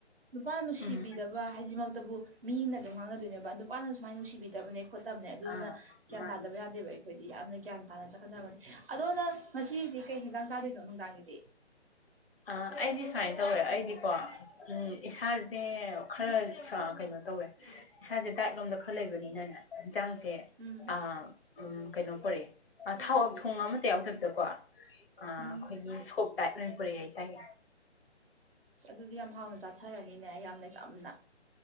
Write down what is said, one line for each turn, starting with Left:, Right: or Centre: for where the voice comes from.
Right: ꯅꯨꯄꯥꯅ ꯅꯨꯡꯁꯤꯕꯤꯗꯕ
Left: ꯎꯝ
Right: ꯍꯥꯏꯗꯤꯃꯛꯇꯕꯨ ꯃꯤꯅ ꯑꯗꯨꯝ ꯉꯥꯡꯅꯗꯣꯏꯅꯦꯕ ꯅꯨꯄꯥꯅ ꯁꯨꯃꯥꯏꯅ ꯅꯨꯡꯁꯤꯕꯤꯗ <unintelligible> ꯑꯗꯨꯗꯨꯅ
Left: ꯑꯥ
Right: ꯒ꯭ꯌꯥꯟ
Left: ꯃꯥꯅꯦ
Right: ꯇꯥꯗꯕ ꯌꯥꯗꯦꯕ ꯑꯩꯈꯣꯏꯗꯤ ꯌꯥꯝꯅ ꯒ꯭ꯌꯥꯟ ꯇꯥꯅ ꯆꯠꯀꯗꯕꯅꯤ ꯑꯗꯣ ꯅꯪ ꯉꯁꯤꯗꯤ ꯀꯩ ꯍꯦꯟꯖꯥꯡ ꯆꯥꯗꯣꯏꯅꯣ ꯅꯨꯡꯗꯥꯡꯒꯤꯗꯤ
Left: ꯑ ꯑꯩꯗꯤ ꯁꯨꯃꯥꯏꯅ ꯇꯧꯋꯦ ꯑꯩꯗꯤꯀꯣ ꯎꯝ ꯏꯁꯥꯁꯦ ꯈꯔ ꯑ ꯀꯩꯅꯣ ꯇꯧꯋꯦ ꯏꯁꯥꯁꯦ ꯗꯥꯏꯠ ꯂꯣꯝꯗ ꯈꯔ ꯂꯩꯕꯅꯤꯅꯅ ꯏꯟꯁꯥꯡꯁꯦ
Right: ꯎꯝ
Left: ꯑ ꯎꯝ ꯀꯩꯅꯣ ꯄꯣꯔꯦ ꯊꯥꯎ ꯊꯣꯡ ꯑꯃꯇ ꯌꯥꯎꯗꯕꯤꯗꯀꯣ ꯑ
Right: ꯎꯝ
Left: ꯑꯩꯈꯣꯏꯒꯤ ꯁꯣꯞ ꯗꯥꯏꯠ ꯑꯣꯏꯅ <unintelligible> ꯍꯥꯏꯇꯥꯏꯌꯦ
Right: ꯑꯁ ꯑꯗꯨꯗꯤ ꯌꯥꯝ ꯍꯥꯎꯅ ꯆꯥꯊꯔꯅꯤꯅꯦ ꯌꯥꯝꯅ ꯆꯝꯅ